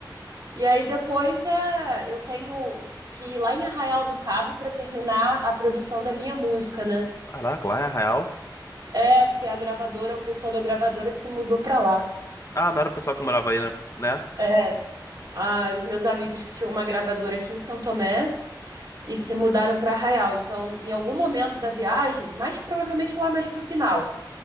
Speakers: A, on the right; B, on the left.
A: E aí depois é, eu tenho que ir lá em Arraial do Cabo para terminar a produção da minha música, né?
B: Caraca, lá é Arraial?
A: É, porque a gravadora, o pessoal da gravadora se mudou para lá.
B: Ah, não era o pessoal que morava aí, né? Né?
A: É, ah, os meus amigos que tinham uma gravadora aqui em São Tomé e se mudaram para Arraial. Então, em algum momento da viagem, mas provavelmente lá mais pro final,